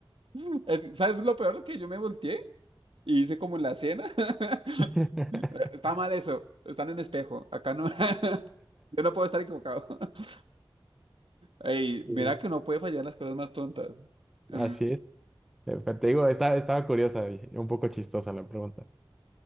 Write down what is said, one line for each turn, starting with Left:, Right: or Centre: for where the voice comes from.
Right: <laughs> Es- ¿sabes lo peor? Que yo me volteé y hice como en la cena. <laughs>
Centre: <laughs>
Right: Está mal eso. Están en espejo. Acá no. <laughs> Yo no puedo estar equivocado. <laughs> Ey, mira
Centre: Sí.
Right: que uno puede fallar las cosas más tontas. Em,
Centre: Así es. Eh, pero Te digo, esta- estaba curiosa y un poco chistosa la pregunta.